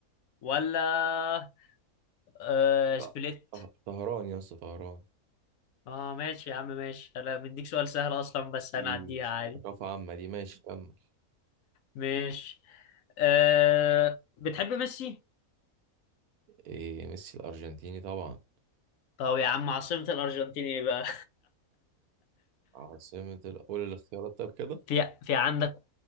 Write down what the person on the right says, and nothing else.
ط-
طه- طهران يا اسطى طهران
إيه،
ثقافة عامة دي ماشي كمل
إيه ميسي الأرجنتيني طبعا
عاصمة ال... قول الاختيارات طيب كده